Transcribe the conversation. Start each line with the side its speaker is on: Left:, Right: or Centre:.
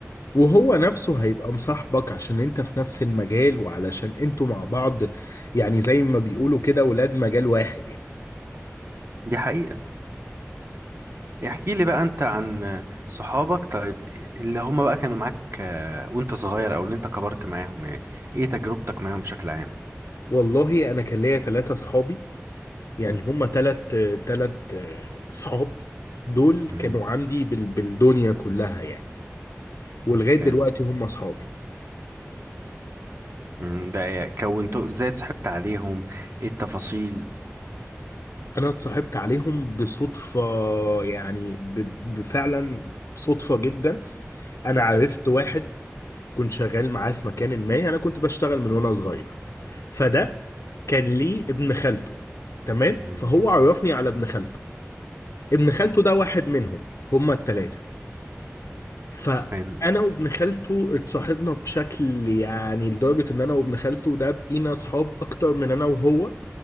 Left: وهو نفسه هيبقى مصاحبك عشان انت في نفس المجال وعلشان انتوا مع بعض يعني زي ما بيقولوا كده ولاد مجال واحد يعني
Right: دي حقيقة احكي لي بقى انت عن صحابك طيب اللي هم بقى كانوا معاك آه، وانت صغير او اللي انت كبرت معاهم يعني ايه تجربتك معاهم بشكل عام
Left: والله انا كان ليا ثلاثة صحابي يعني
Right: مم،
Left: هما ثلاث ثلاث صحاب دول
Right: مم،
Left: كانوا عندي بال- بالدنيا كلها يعني ولغاية دلوقتي
Right: حلو
Left: هم صحابي
Right: مم، ده إيه؟ كونتوا ازاي اتصاحبت عليهم ايه التفاصيل
Left: انا اتصاحبت عليهم بصدفة يعني ب- ب- فعلا صدفة جدا انا عرفت واحد كنت شغال معاه في مكان ما انا كنت بشتغل من وانا صغير فده كان ليه ابن خالته تمام
Right: مم،
Left: فهو عرفني على ابن خالته ابن خالته ده واحد منهم هما التلاتة فانا
Right: حلو
Left: وابن خالته اتصاحبنا بشكل يعني لدرجة ان انا وابن خالته ده بقينا اصحاب اكتر من انا وهو